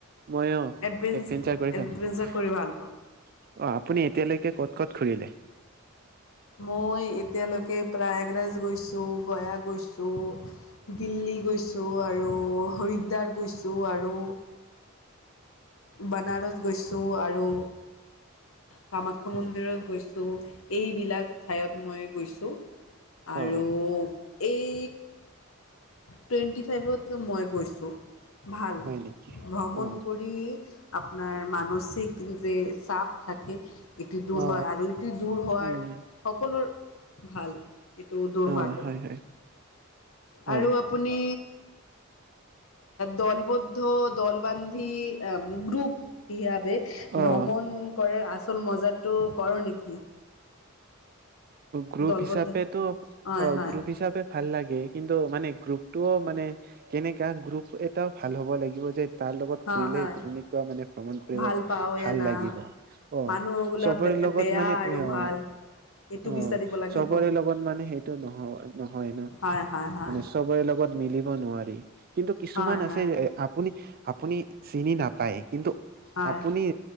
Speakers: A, on the right (about 45°); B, on the left (about 80°).
A: মইওঁ
B: এডভেঞ্চ
A: এডভেঞ্চাৰ কৰি
B: এডভেঞ্চাৰ
A: থাকো।
B: কৰি ভাল পাওঁ
A: অ' আপুনি এতিয়ালৈকে ক'ত ক'ত ঘুৰিলে?
B: মই এতিয়ালৈকে প্ৰায়াগৰাজ গৈছোঁ, গয়া গৈছোঁ, দিল্লী গৈছোঁ আৰ আৰু হৰিদ্বাৰ গৈছোঁ আৰু। বানাৰস গৈছোঁ আৰু কামাখ্যা মন্দিৰত। গৈছোঁ এইবিলাক ঠাইয়ত মই গৈছোঁ। আৰু
A: অ
B: এই টুৱেণ্টি ফাইভত মই গৈছোঁ। ভাল
A: হয় নেকি
B: ভ্ৰমণ
A: অ
B: কৰি আপোনাৰ মানসি সিক ৰূপে চাপ থাকে ইটো দূৰ
A: অ
B: হয় আৰু ইটো। দূৰ হোৱাৰ
A: উম
B: সকলো ভাল এইটো দূৰ
A: অ
B: হোৱাটো।
A: হয় হয় হয়
B: আৰু আপুনি। দলবদ্ধ দল বান্ধী গ্ৰুপ ইয়াত।
A: অ
B: ভ্ৰমণ কৰাৰ আচল মজাটো ক'ৰ নেকি।
A: গ্ৰুপ
B: দলবদ্ধ
A: হিচাপেটো অ
B: হয় হয়
A: গ্ৰুপ হিচাপে ভাল লাগে কিন্তু মানে গ্ৰুপটোও মানে। কেনেকুৱা গ্ৰুপ এটাও ভাল হ'ব লাগিব যে। তাৰ লগত
B: হয়
A: ঘুৰিলে
B: হয়
A: এনেকুৱা মানে ভ্ৰমণ কৰিব
B: ভাল পাওঁ
A: ভাল
B: না
A: লাগিব অ
B: মানুহগুলা
A: চবৰে। লগত
B: বেয়া
A: মানে
B: আৰু
A: এওঁ।
B: ভাল এইটো
A: অ
B: বিচাৰিব লাগিব
A: চবৰে লগত মানে সেইটো নহ নহয় ন
B: হয় হয় হয়
A: মানে চবৰে লগ। মিলিব নোৱাৰি কিন্তু কিছুমান
B: হয়
A: আছে
B: হয়
A: যে আপুনি আপুনি চিনি নাপায় কিন্তু।
B: হয়
A: আপুনি